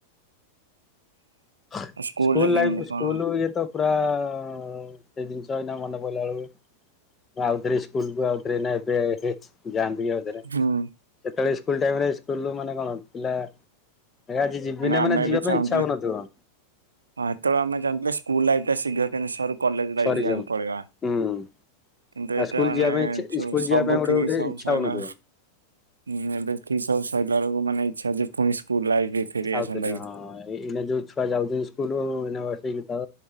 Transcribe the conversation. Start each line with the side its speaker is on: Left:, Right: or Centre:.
Left: ହୁଁ
Right: ଆଉ ସ୍କୁଲରେ
Left: ସ୍କୁଲ
Right: କେମିତି
Left: ଲାଇଫ
Right: କଣ
Left: ସ୍କୁଲଇଏ ତ ପୁରା ଆ ଆ ସେଇ ଜିନିଷ ଏଇନା ମନେ ପଡ଼ିଲା ବେଳକୁ ଆଉଥରେ ସ୍କୁଲକୁ ଆଉଥରେ ଏଇନା ଏବେ ହେ ଯାନ୍ତି। ଯିବି ଆଉଥରେ ସେତେବେଳେ
Right: ହୁଁ
Left: ଇସ୍କୁଲ୍ ଟାଇମରେ ଇସ୍କୁଲ୍ ମାନେ କଣ ପିଲା ଏ ଆଜି ଦିନେ
Right: ଆମେ
Left: ମାନେ ଯିବା
Right: ବି ଚାହୁଁଥିଲେ
Left: ପାଇଁ ଇଛା ହଉନଥିବ।
Right: ହଁ ସେତେବେଳେ ଆମେ ଚାହୁଁଥିଲେ ସ୍କୁଲ ଲାଇଫ ଟା ଶୀଘ୍ର କେମିତି ସରୁ କଲେଜ ଲାଇଫକୁ
Left: ସରିଯାଉ
Right: ଆମେ ପଳେଇବା।
Left: ହୁଁ
Right: କିନ୍ତୁ
Left: ଆଉ
Right: ଏବେ
Left: ସ୍କୁଲ
Right: ମାନେ
Left: ଯିବା ପାଇଁ ଇଛା ସ୍କୁଲ
Right: ସବୁ
Left: ଯିବା ପାଇଁ ଗୋଟେ
Right: ଠିକ
Left: ଗୋଟେ
Right: ସବୁ
Left: ଇଚ୍ଛା
Right: ସଇଲା।
Left: ହଉନଥିବ।
Right: ହୁଁ ଏବେ ଠିକ୍ ସବୁ ସରିଲା ବେଳକୁ ମାନେ ଇଚ୍ଛା ଯେ ପୁଣି ସ୍କୁଲ ଲାଇଫ୍ ଫେରି
Left: ଆଉଥରେ
Right: ଆସନ୍ତା କି
Left: ହଁ ଏଇନା ଯୋଉ ଛୁଆ ଯାଉଛନ୍ତି ସ୍କୁଲୁ ଉ ଏଇନା ବସେଇକିତ